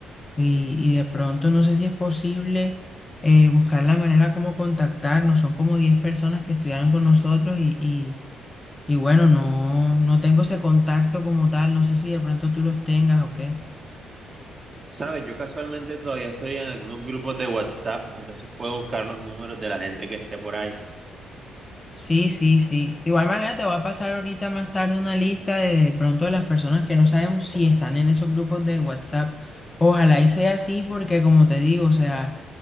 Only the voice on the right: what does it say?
Sabes, yo casualmente todavía estoy en algunos grupos de WhatsApp, entonces puedo buscar los números de la gente que esté por ahí.